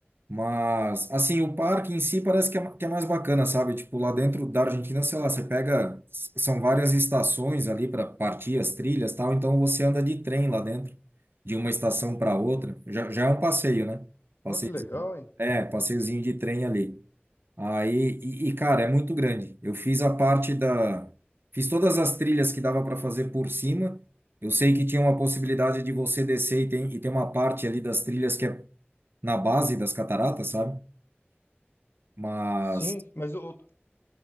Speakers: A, on the right; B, on the left.
A: Mas, assim, o parque em si parece que é, que é mais bacana, sabe? Tipo, lá dentro da Argentina, sei lá, você pega. s- São várias estações ali para partir as trilhas e tal, então você anda de trem lá dentro, de uma estação para outra. Já, já é um passeio, né? Passeiozinho,
B: Não, que legal, hein?
A: é, passeiozinho de trem ali. Aí, e, e, cara, é muito grande. Eu fiz a parte da. Fiz todas as trilhas que dava para fazer por cima. Eu sei que tinha uma possibilidade de você descer e tem, e tem uma parte ali das trilhas que é na base das cataratas, sabe? Mas.
B: Sim, mas o,